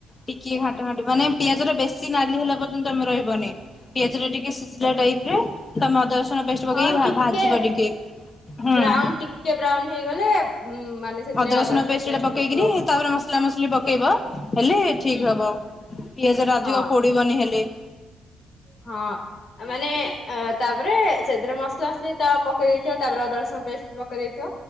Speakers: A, on the left; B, on the left.
A: ଟିକେ ଘାଟ ଘାଣ୍ଟ ମାନେ ପିଆଜରେ ବେଶୀ ନାଲି ହେଲା ପର୍ଯ୍ୟନ୍ତ ଆମେ ରହିବନି। ପିଆଜରେ ଟିକେ ସିଝିଲା ଟାଇପ ରେ ତମେ ଅଦା ରସୁଣ ପେଷ୍ଟ ପକେଇକି
B: ହଁ
A: ଭା-ଭାଜିବ
B: ଟିକେ
A: ଟିକେ। ହୁଁ।
B: ବ୍ରାଉନ ଟିକେ ବ୍ରାଉନ୍ ହେଇଗଲେ ମାନେ ସେଥିରେ
A: ଅଦା ରସୁଣ ପେଷ୍ଟଟା
B: ପେଷ୍ଟ
A: ପକେଇକିରି
B: ପକ
A: ତାପରେ ମସ୍ ମସଲା ମସଲି ପକେଇବ ହେଲେ
B: ହୁଁ
A: ଠିକ୍ ହେବ ପିଆଜଟା ଅଧିକ
B: ହଁ
A: ପୋଡ଼ିବନି ହେଲେ।
B: ହଁ। ମାନେ ଅ ତାପରେ ସେଥିରେ ମସଲା ମସଲି ତ ପକେଇ ଦେଇଥିବ ତାପରେ ଅଦାରସୁଣ ପେଷ୍ଟ ପ ଇଥିବ